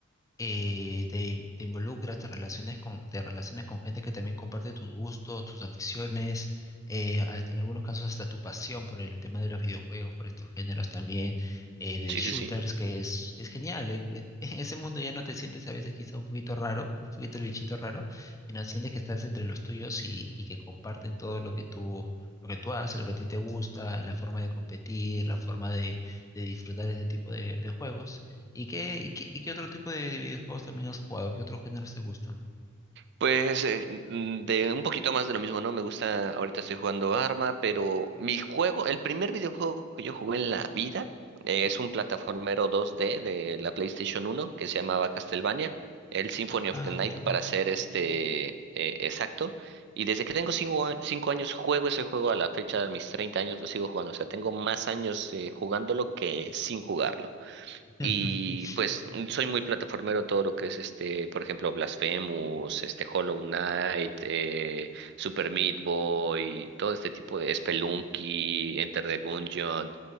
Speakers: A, on the left; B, on the right.
A: eh, te, te involucras, te relacionas con, te relacionas con gente que también comparte tus gustos, tus aficiones, eh, hasta- en algunos casos hasta tu pasión por el tema de los videojuegos, por estos géneros también, eh, de
B: Sí,
A: shooters,
B: sí, sí.
A: que es, es genial. eh, En <laughs> en ese mundo ya no te sientes a veces quizá un poquito raro, <laughs> un poquito el bichito raro, sino sientes que estás entre los tuyos y, y que comparten todo lo que tú... lo que tú haces, lo que a ti te gusta, la forma de competir, la forma de, de disfrutar ese tipo de de juegos. ¿Y qué, y qué, y qué otro tipo de, de videojuegos también has jugado? ¿Qué otros géneros te gustan?
B: Pues eh, mm, de un poquito más de lo mismo, ¿no? Me gusta, ahorita estoy jugando Arma, pero mi juego, el primer videojuego que yo jugué en la vida eh, es un plataformero 2D de la PlayStation uno que se llamaba Castlevania, el Symphony of
A: Ah,
B: the Night
A: ya.
B: para ser este eh, exacto. Y desde que tengo cinco, a- cinco años juego ese juego a la fecha de mis 30 años lo sigo jugando, o sea, tengo más años eh, jugándolo que sin jugarlo.
A: <laughs>
B: Y pues mm, soy muy plataformero todo lo que es este, por ejemplo, Blasphemous, este Hollow Knight, eh, Super Meat Boy, todo este tipo de Spelunky, Enter the Gungeon,